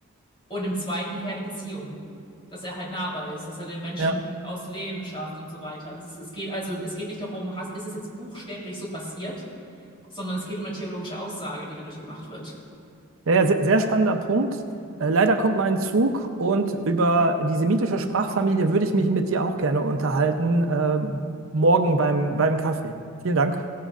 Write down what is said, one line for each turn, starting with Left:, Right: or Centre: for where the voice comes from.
Left: und im zweiten her die Beziehung. Dass er halt nahbar ist, dass er den Menschen
Right: ja.
Left: aus Lehm schafft und so weiter. Das ist, es geht also, es geht nicht darum, hast, ist es jetzt buchstäblich so passiert, sondern es geht um eine theologische Aussage, die dadurch gemacht wird.
Right: Ja, ja, sehr, sehr spannender Punkt. Äh, Leider kommt mein Zug und über die semitische Sprachfamilie würde ich mich mit dir auch gerne unterhalten, äh, morgen beim, beim Kaffee. Vielen Dank.